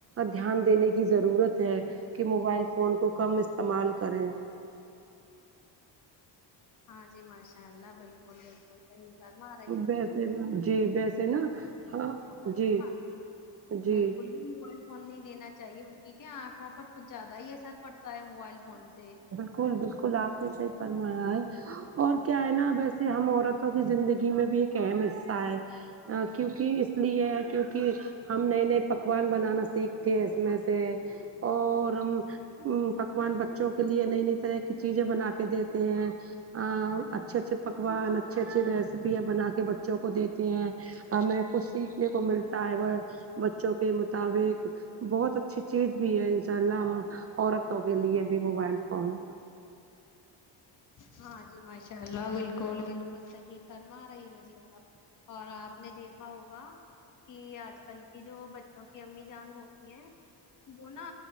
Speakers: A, on the right; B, on the left.
A: دھیان دینے کی ضرورت کہ موبائل فون کو کم استعمال کریں
B: ہاں جی ماشاء اللہ بالکل بالکل صحیح فرما رہی ہو
A: ویسے نا جی ویسے نا ہاں
B: بچوں کو نا
A: جی جی
B: بالکل موبائل فون نہیں دینا چاہیے ان کی کہ آنکھوں پر کچھ زیادہ ہی اثر پڑتا ہے موبائل فون سے
A: اسکل بالکل آپ نے صحی فرمایا ہے اور کیا ہے نا ویسے ہم عورتوں کی زندگی میں بھی ایک اہم حصہ ہے کیونکہ اس لیے کیونکہ ہم نئے نئے پکوان بنانا سیکھتے ہیں اس میں سے اور ہم امم پکوان بچوں کے لیے نئی نئی طرح کی چیزیں بنا کے دیتے ہیں ا اچھے اچھے پکوان اچھے اچھے ریسپیاں بنا کے بچوں کو دیتے ہیں ہمیں کچھ سیکھنے کو ملتا ہے وہ بچوں کے مطابق بہت اچھی چیز بھی ہے ان شاء اللہ اور کے لیے بھی موبائل فون
B: ہاں جی ماشاء اللہ بالکل بالکل صحیح فرما رہی ہو جی آپ اور آپ نے دیکھا ہوگا کہ آج کل کی جو بچ کیوںک امی جان ہوتی ہیں وہ نا